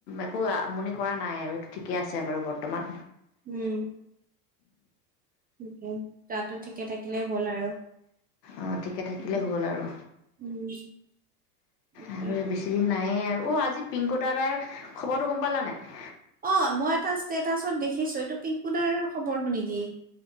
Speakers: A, on the left (about 80°); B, on the right (about 20°).
A: একো আমনি কৰা নাই আৰু, এইটো ঠিকে আছে বাৰু বৰ্তমান।
B: উম। তাকে গাতো ঠিকে থাকিলে হ'ল আৰু।
A: অঁ ঠিকে থাকিলেই
B: উম
A: হ'ল আৰু।
B: উম। তাকে
A: আৰু বেছিদিন নাইয়ে আৰু, অ আজি পিংকু দাদাৰ খবৰটো গম পালা নাই?
B: অ মই এটা ষ্টেটাচত দেখিছো, এইটো পিংক দাৰ খবৰটো নেকি?